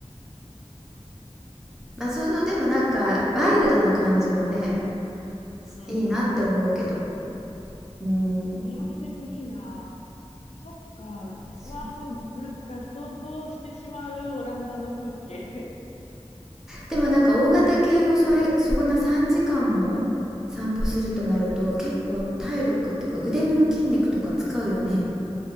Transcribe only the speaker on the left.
うんう
ん。いやー、でもいいな。そっか。
うわー、そう、なんか想像してしまうオランダの風景。
<laughs> うんうん。うん